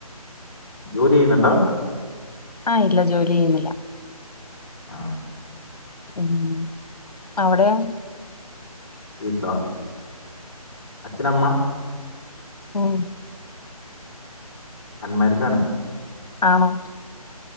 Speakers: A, on the left; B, on the left.
A: ജോലി ചെയ്യുന്നുണ്ടാ
B: ആഹ ഇല്ല ജോലി ചെയ്യുന്നില്ല
A: ആഹ
B: ഉം അവിടെയൊ
A: വീട്ടിലോ അച്ഛനമ്മ
B: ആഹ
A: അൺമാരീഡ് ആണ്
B: ആണോ